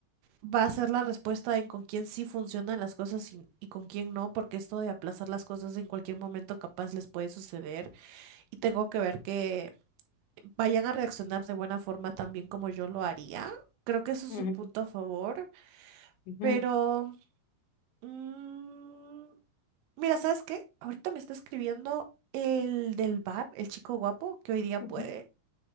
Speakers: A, on the right; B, on the left.
A: va a ser la respuesta en con quién sí funcionan las cosas y, y con quién no, porque esto de aplazar las cosas en cualquier momento capaz les puede suceder y tengo que ver que vayan a reaccionar de buena forma también como yo lo haría. Creo que eso es
B: ujú,
A: un punto a favor,
B: ujú,
A: pero mm, mira, ¿sabes qué? Ahorita me está escribiendo el del bar, el chico guapo, que hoy día puede.
B: ujú,